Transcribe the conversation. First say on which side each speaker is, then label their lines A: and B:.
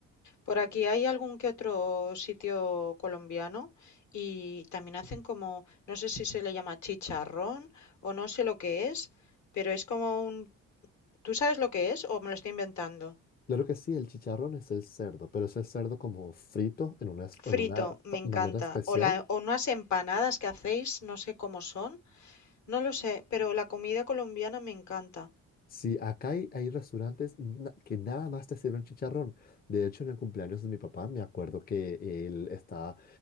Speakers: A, on the left; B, on the left.
A: Por aquí hay algún que otro sitio colombiano y también hacen como, no sé si se le llama chicharrón o no sé lo que es, pero es como un... ¿Tú sabes lo que es o me lo estoy inventando?
B: Claro que sí, el chicharrón es el cerdo, pero es el cerdo como frito en una, es- en
A: Frito,
B: una
A: me
B: fa-
A: encanta.
B: manera especial
A: O, la, o unas empanadas que hacéis, no sé cómo son No lo sé, pero la comida colombiana me encanta.
B: Sí, acá hay, hay restaurantes na- que nada más te sirven chicharrón. De hecho, en el cumpleaños de mi papá me acuerdo que él estaba